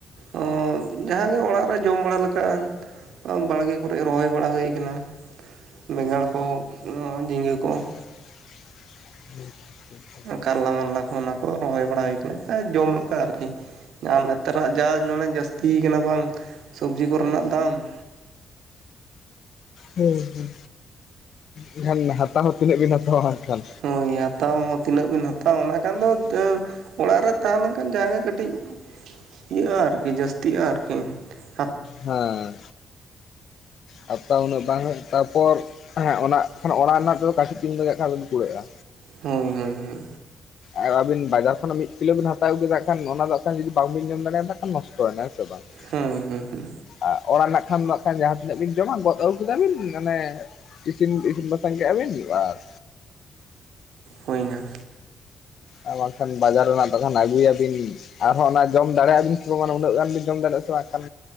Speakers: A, on the right; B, on the left.
A: ᱚ ᱡᱟᱦᱟᱸ ᱜᱮ ᱚᱲᱟᱜ ᱨᱮ ᱡᱚᱢ ᱵᱟᱲᱟ ᱞᱮᱠᱟ᱾ ᱵᱟᱲᱜᱮ ᱠᱚᱨᱮᱜᱮ ᱨᱚᱦᱚᱭ ᱵᱟᱲᱟ ᱦᱩᱭ ᱟᱠᱟᱱᱟ ᱵᱮᱸᱜᱟᱲ ᱠᱚ ᱡᱷᱤᱸᱜᱟᱹ ᱠᱚ ᱾
B: <unintelligible>
A: ᱠᱟᱨᱞᱟ ᱢᱟᱨᱞᱟ ᱠᱚ ᱚᱱᱟ ᱠᱚ ᱨᱚᱦᱚᱭ ᱵᱟᱲᱟ ᱦᱩᱭ ᱠᱟᱱᱟ ᱟᱭ ᱡᱚᱢ ᱞᱮᱠᱟ ᱟᱨᱠᱤ ᱾ ᱟᱨ ᱱᱮᱛᱟᱨᱟᱜ ᱡᱟ ᱱᱚᱰᱮ ᱡᱟᱹᱥᱛᱤ ᱠᱟᱱᱟ ᱵᱟᱝ ᱥᱚᱵᱽᱡᱤ ᱠᱚᱨᱮᱱᱟᱜ ᱫᱟᱢ ᱾
B: ᱦᱮᱸ ᱦᱮᱸ ᱮᱱᱠᱷᱟᱱ ᱦᱟᱛᱟᱣ ᱦᱚᱸ ᱛᱤᱱᱟᱹᱜ ᱵᱤᱱ ᱦᱟᱛᱟᱣᱟ ᱮᱠᱷᱟᱱ᱾
A: ᱦᱳᱭ ᱦᱟᱛᱟᱣ ᱦᱚᱸ ᱛᱤᱱᱟᱹᱜ ᱵᱤᱱ ᱦᱟᱛᱟᱣᱟ ᱚᱱᱟ ᱠᱷᱟᱱ ᱫᱚ ᱫᱟᱹ ᱚᱲᱟᱜ ᱨᱮ ᱛᱟᱦᱮᱸᱞᱮᱱ ᱠᱷᱟᱱ ᱡᱟᱦᱟᱸᱜᱮ ᱠᱟᱹᱴᱤᱡ ᱤᱭᱟᱹᱜᱼᱟ ᱟᱨᱠᱤ ᱡᱟᱹᱥᱛᱤᱜᱼᱟ ᱟᱨᱠᱤ ᱾
B: ᱦᱮᱸ ᱦᱟᱛᱟᱣ ᱩᱱᱟᱹᱜ ᱵᱟᱝ ᱦᱩᱭᱩᱜ-ᱟ ᱛᱟᱯᱚᱨ ᱾ ᱦᱮᱸ ᱚᱱᱟ ᱚᱱᱟ ᱚᱲᱟᱜ ᱨᱮᱱᱟᱜ ᱫᱚ ᱠᱟᱹᱴᱤᱡ ᱛᱤᱸ ᱞᱟᱜᱟᱜ ᱠᱷᱟᱱ ᱫᱚ ᱠᱩᱲᱟᱹᱜᱼᱟ
A: ᱦᱳᱭ ᱦᱳᱭ ᱦᱳᱭ
B: ᱟᱨ ᱟᱹᱵᱤᱱ ᱵᱟᱡᱟᱨ ᱠᱷᱚᱱᱟᱜ ᱢᱤᱫ ᱠᱤᱞᱳ ᱵᱮᱱ ᱦᱟᱛᱟᱣ ᱟᱹᱜᱩ ᱠᱮᱫᱟ ᱠᱷᱟᱱ ᱚᱱᱟ ᱫᱚ ᱠᱷᱟᱱ ᱡᱩᱫᱤ ᱵᱟᱝ ᱵᱤᱱ ᱡᱚᱢ ᱫᱟᱲᱭᱟᱫᱟᱜᱼᱟ ᱠᱷᱟᱱ ᱱᱚᱥᱴᱚᱭᱮᱱᱟ ᱦᱮᱸ ᱥᱮ ᱵᱟᱝ ᱾
A: ᱦᱮᱸ ᱦᱮᱸ ᱦᱩᱸ
B: ᱟ ᱚᱲᱟᱜ ᱨᱮᱱᱟᱜ ᱠᱷᱟᱱ ᱱᱟᱜ ᱠᱷᱟᱱ ᱡᱟᱦᱟᱸ ᱛᱤᱱᱟᱹᱜ ᱵᱤᱱ ᱡᱚᱢᱟ ᱜᱚᱫ ᱟᱹᱜᱩ ᱠᱮᱫᱟ ᱵᱤᱱ ᱢᱟᱱᱮ ᱤᱥᱤᱱ ᱤᱥᱤᱱ ᱵᱟᱥᱟᱝ ᱵᱟᱥᱟᱝ ᱠᱮᱜ ᱟᱵᱤᱱ ᱵᱟᱥ᱾
A: ᱦᱩᱭ ᱱᱟ᱾
B: ᱟᱨ ᱵᱟᱝᱠᱷᱟᱱ ᱵᱟᱡᱟᱨ ᱨᱮᱱᱟᱜ ᱛᱚᱠᱷᱟᱱ ᱟᱹᱜᱩᱭᱟᱵᱤᱱ ᱟᱨᱦᱚᱸ ᱚᱱᱟ ᱡᱚᱢ ᱫᱟᱲᱮᱭᱟᱜᱼᱟᱵᱤᱱ ᱥᱮ ᱵᱟᱝ ᱩᱱᱟᱹᱜ ᱜᱟᱱ ᱵᱤᱱ ᱡᱚᱢ ᱫᱟᱲᱮᱭᱟᱜᱼᱟ ᱥᱮ ᱵᱟᱝᱠᱷᱟᱱ